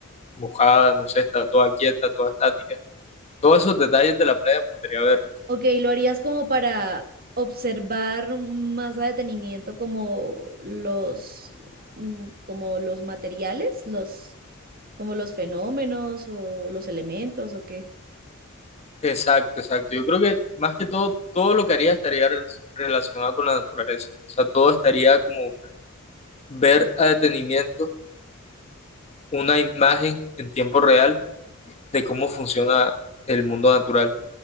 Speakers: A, on the left; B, on the right.
A: mojada, no sé, está toda quieta, toda estática. Todos esos detalles de la playa me gustaría verlos.
B: Ok, ¿lo harías como para observar más a detenimiento como los, mm, como los materiales, los, como los fenómenos o los elementos o qué?
A: Exacto, exacto. Yo creo que más que todo, todo lo que haría estaría rel- relacionado con la naturaleza. O sea, todo estaría como ver a detenimiento una imagen en tiempo real de cómo funciona el mundo natural.